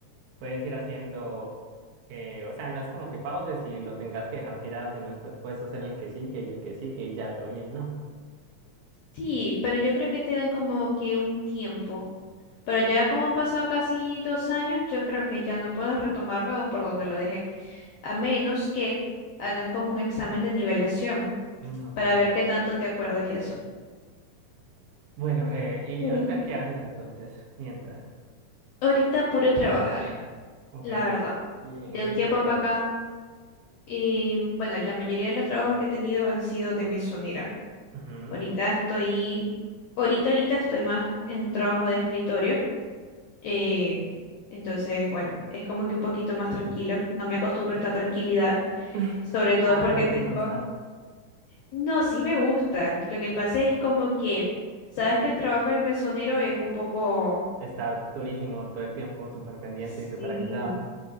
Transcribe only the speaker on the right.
puedes ir haciendo. eh, o sea, no es como que pauses y lo tengas que dejar tirado, sino después puedes hacer el que sigue y el que sigue y ya todo bien, ¿no?
Mm, ok.
Bueno, breve. ¿Y
ahorita qué haces entonces? Mientras.
Ok.
¿Y en
qué
chambeas?
Ujú.
<laughs>
Ah,
no
te gusta
estar durísimo todo el tiempo, súper pendiente
y súper agitado.